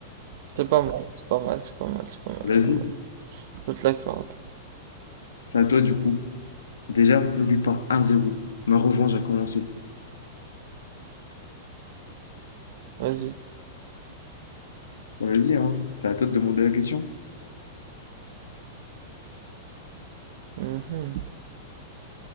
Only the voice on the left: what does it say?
Vas-y.
C'est à toi du coup. Déjà, n'oublie pas 1-0. Ma revanche a commencé.
Bon, Vas-y, hein. C'est à toi de demander la question.